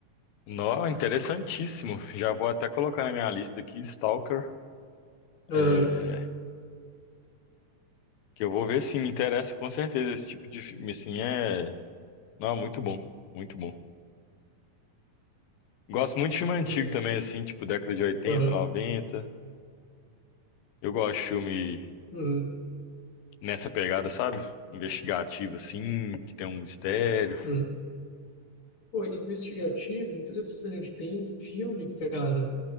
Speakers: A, on the left (about 85°); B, on the left (about 50°).
A: Nó, interessantíssimo. Já vou até colocar na minha lista aqui, Stalker,
B: Aham,
A: é, que eu vou ver se me interessa com certeza esse tipo de filme, assim, é... Não, muito bom, muito bom. Gosto muito de filme
B: sim,
A: antigo
B: sim.
A: também, assim, tipo década de oitenta
B: Aham,
A: noventa Eu gosto de filme
B: hum,
A: nessa pegada, sabe? Investigativo, assim, que tem um mistério.
B: hum. Pô, investigativo, interessante. Tem um filme, cara,